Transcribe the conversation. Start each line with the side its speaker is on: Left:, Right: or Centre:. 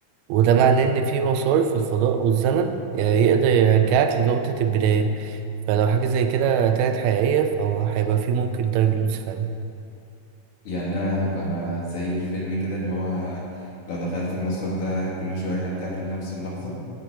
Right: وده معناه إن في مسار في الفضاء والزمن آه، يقدر يرجعك لنقطة البداية فلو حاجة زي كده طلعت حقيقية فهو هيبقى فيه ممكن تايم لوز فعلا
Left: يعني انا هبقى زي الفيلم كده اللي هو لو دخلت المسار ده كل شوية هرجع لنفس اللحظة